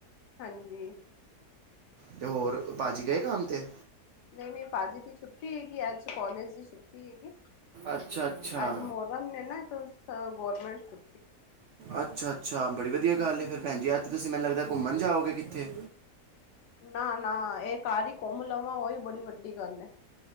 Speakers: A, on the left; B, on the right.
A: ਹਾਂਜੀ
B: ਤੇ ਹੋਰ ਭਾਜੀ ਗਏ ਕੰਮ ਤੇ?
A: ਨਹੀਂ ਨਹੀਂ ਭਾਜੀ ਦੀ ਛੁੱਟੀ ਹੈਗੀ, ਅੱਜ ਕੋਲਜ ਦੀ ਛੁੱਟੀ ਹੈਗੀ।
B: ਅੱਛਾ ਅੱਛਾ
A: ਅੱਜ ਮੋਰਮ ਨੇ ਨਾ ਗੋਰਮੈਂਟ ਛੁ
B: ਅੱਛਾ। ਅੱਛਾ ਬੜੀ ਵਧੀਆ ਗੱਲ ਏ ਫਿਰ ਭੈਣ ਜੀ, ਅੱਜ ਤੁਸੀਂ ਮੈਨੂੰ ਲੱਗਦਾ ਘੁੰਮਣ ਜਾਓਗੇ ਕਿੱਥੇ?
A: ਨਾ ਨਾ ਇਹ ਘਰ ਹੀ ਘੁੰਮ ਲਵਾਂ ਉਹੀ ਬੜੀ ਵੱਡੀ ਗੱਲ ਏ।